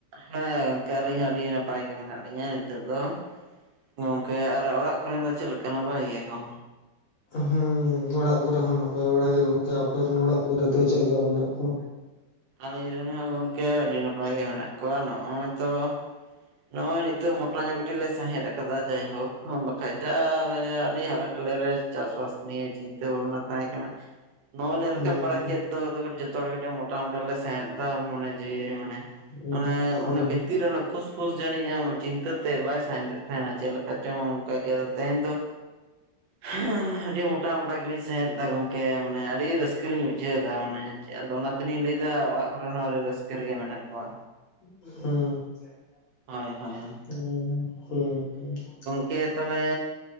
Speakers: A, on the right; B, on the left.
A: ᱦᱮᱸ ᱜᱚᱝᱠᱮ ᱟᱹᱞᱤᱧ ᱦᱚᱸ ᱟᱹᱰᱤ ᱱᱟᱯᱟᱭ ᱜᱮ ᱢᱮᱱᱟᱜ ᱞᱤᱧᱟ ᱱᱤᱛᱚᱜ ᱫᱚ ᱾ ᱜᱚᱝᱠᱮ ᱟᱨᱚ ᱚᱲᱟᱜ ᱚᱫᱟ ᱟᱵᱮᱱ ᱨᱮᱱ ᱜᱮ ᱪᱮᱫ ᱞᱮᱠᱟ ᱱᱟᱯᱟᱭ ᱜᱮᱭᱟ ᱠᱚ?
B: ᱦᱮᱸ ᱚᱲᱟᱜ ᱠᱚᱨᱮ ᱦᱚᱸ ᱱᱟᱯᱟᱭ ᱵᱟᱲ ᱜᱮ ᱜᱚᱝᱠᱮ᱾ ᱟᱯᱮ ᱨᱮᱱ ᱚᱲᱟᱜ ᱠᱚᱨᱮ ᱫᱚ ᱪᱮᱫ ᱞᱮᱠᱟ ᱢᱮᱱᱟᱜ ᱠᱚᱣᱟ?
A: ᱟᱞᱮ ᱨᱮᱱ ᱦᱚᱸ ᱜᱚᱝᱠᱮ ᱟᱹᱰᱤ ᱱᱟᱯᱟᱭ ᱜᱮ ᱢᱮᱱᱟᱜ ᱠᱚᱣᱟ, ᱱᱚᱜᱼᱚᱭ ᱛᱚ ᱱᱚ ᱱᱤᱛᱚ ᱢᱚᱴᱟ ᱧᱚ ᱠᱟᱴᱤᱡ ᱞᱮ ᱥᱟᱦᱮᱫ ᱟ ᱠᱟᱫᱟ ᱡᱟᱭᱦᱳᱠ ᱾ ᱵᱟᱠᱷᱟ ᱡᱟ ᱟᱹᱰᱤ ᱦᱟᱞ ᱰᱮᱞᱮ ᱨᱮ ᱪᱟᱥᱵᱟᱥ ᱱᱤᱭᱟᱹ ᱪᱤᱱᱛᱟᱹ ᱵᱷᱟᱵᱱᱟ ᱛᱟᱦᱮᱸ ᱠᱟᱱᱟ᱾ ᱱᱚᱼᱚᱭ
B: ᱦᱩᱸ
A: ᱞᱮ ᱨᱟᱠᱟᱵ ᱵᱟᱲᱟ ᱠᱮᱫ, ᱫᱚ ᱫᱚᱵᱮᱱ ᱡᱚᱛᱚ ᱦᱚᱲ ᱠᱟᱹᱴᱤᱡ ᱢᱚᱴᱟ ᱢᱚᱴᱟ ᱞᱮ ᱥᱟᱦᱮᱫ ᱮᱫᱟ ᱢᱟᱱᱮ ᱡᱮ ᱢᱟᱱᱮ
B: ᱦᱩᱸ
A: ᱚᱱᱮ
B: ᱦᱩᱸ
A: ᱚᱱᱮ ᱵᱷᱤᱛᱤᱨ ᱨᱮ ᱯᱷᱩᱥ ᱯᱷᱩᱥ ᱡᱟᱹᱱᱤᱡ ᱟᱢ ᱪᱤᱱᱛᱟᱹ ᱛᱮ ᱵᱟᱭ ᱥᱟᱸᱦᱮᱫ ᱮᱜ ᱦᱮ ᱢᱟᱱᱮ ᱪᱮᱫ ᱞᱮᱠᱟ ᱪᱚᱝ ᱚᱱᱠᱟ ᱜᱮ ᱛᱮᱦᱮᱧ ᱫᱚ ᱦᱮᱸ ᱟᱹᱰᱤ ᱢᱚᱴᱟ ᱢᱚᱴᱟ ᱜᱮᱞᱤᱧ ᱥᱟᱸᱦᱮᱫ ᱫᱟ ᱜᱚᱝᱠᱮ ᱢᱟᱱᱮ ᱟᱹᱰᱤ ᱨᱟᱹᱥᱠᱟᱹ ᱞᱤᱧ ᱵᱩᱡ ᱵᱩᱡᱷᱟᱹᱣᱫᱟ ᱢᱟᱱᱮ ᱪᱮᱫ ᱟᱫᱚ ᱚᱱᱟ ᱛᱮᱞᱤᱧ ᱞᱟᱹᱭᱮᱫᱟ ᱚᱲᱟᱜ ᱠᱚᱨᱮ ᱦᱚᱸ ᱟᱹᱰᱤ ᱨᱟᱹᱥᱠᱟᱹ ᱨᱮᱜᱮ ᱢᱮᱱᱟᱜ ᱠᱚᱣᱟ᱾
B: ᱦᱩᱸ
A: ᱦᱳᱭ ᱦᱳᱭ
B: <unintelligible>
A: ᱦᱳᱭ ᱠᱮ ᱛᱟᱞᱮ,